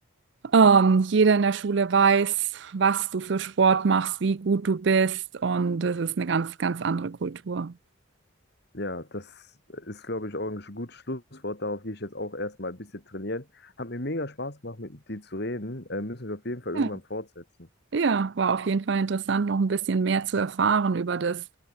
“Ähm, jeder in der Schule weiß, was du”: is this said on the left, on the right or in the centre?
Right